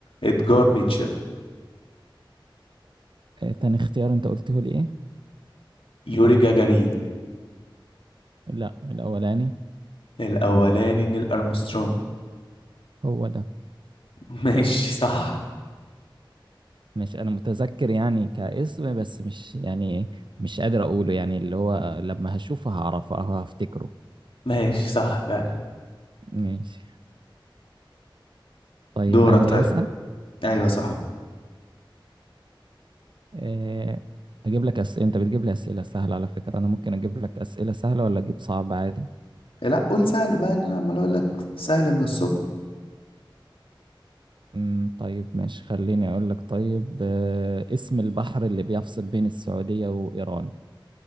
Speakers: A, on the left; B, on the right.
A: ادجار ميتشل
B: آه، تاني اختيار أنت قلته لي إيه؟
A: يوري جاجارين
B: لا الأولاني
A: الأولاني نيل أرمسترونج
B: هو ده
A: <laughs> ماشي صح
B: مش انا متذكر يعني كاسم بس مش يعني مش قادر اقوله يعني اللي هو لما هشوفه هعرفه او هفتكره
A: ماشي صح فعلا
B: ماشي طيب
A: دورك
B: انا اللي
A: طيب
B: هسأل
A: ايوه صح
B: إيه، اجيب لك اسئله انت بتجيب لي اسئله سهله على فكره انا ممكن اجيب لك اسئله سهله ولا اجيب صعب عادي
A: لا قول سهل بقى ان انا عمال اقول لك سهل من الصبح
B: أمم، طيب ماشي خليني اقول لك طيب آه، اسم البحر اللي بيفصل بين السعوديه وايران